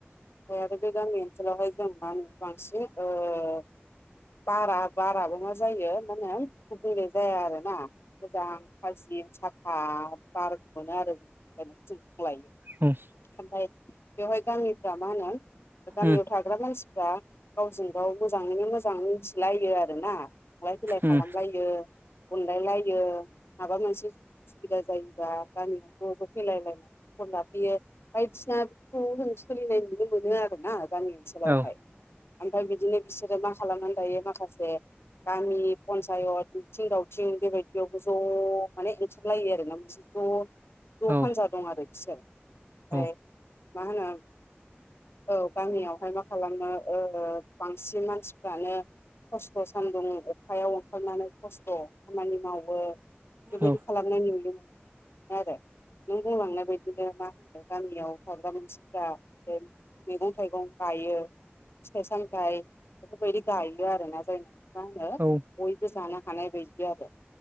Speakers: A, on the left; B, on the right.
A: ओफ्राय आरो बे गामि ओनसोलावहाय जों मा होनो बांसिन ओ बारा बाराबो मा जायो माने बैनाय जाया आरोना मोजां खालसि साफा बार मोनो आरो जोंजाय लायो
B: उम
A: ओमफ्राय बेवहाय गामिफ्रा मा होनो गामियाव
B: उम
A: थाग्रा मानसि फ्रा गावजों गाव मोजाङैनो मोजां मिथिलायो आरोना थांलाय फैलाय
B: उम
A: खालामलायो अनलायलायो माबा मोनसेसुबिदा जायोबा गामियाव ज' ज' फैलायलायनाय खलाब बियो बायदिनाफोरखौ जों सोलिनाय नुनो मोनो आरोना गामि ओनसोलावहाय
B: औ
A: ओमफ्राय बिदिनो बिसोरो मा खालामनानै दायो माखासे गामि पन्सायत मिथिं दावथिं बेबायदियावबो ज' माने ओंखारलायो आरोना मोनसे ज' ज
B: औ
A: हान्जा दं आरो बिसोर ओमफ्राय
B: औ
A: मा होनो औ गामियावहाय मा खालामो ओ बांसिन मानसिफ्रानो खस्थ' सान्दुं अखायाव ओंखारनानै खस्थ' खामानि मावो बेबायदि
B: औ
A: खालामनाय नुयोमोन आरो नों बुंलांनाय बायदिनो मा होनो गामियाव थाग्रा मानसि दा ओ मैगं थाइगं गायो फिथाइ सामथाय बेफोरबायदि गायो आरोना जायनो मा होनो
B: औ उम
A: बयबो जानो हानाय बायदि आरो